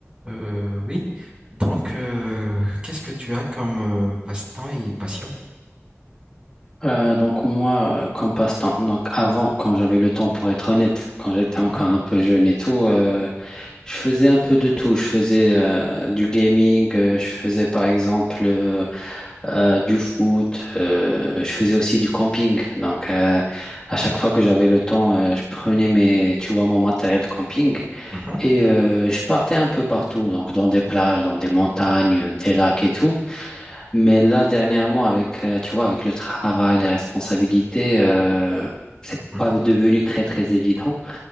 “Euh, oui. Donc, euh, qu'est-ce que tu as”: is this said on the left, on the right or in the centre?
Right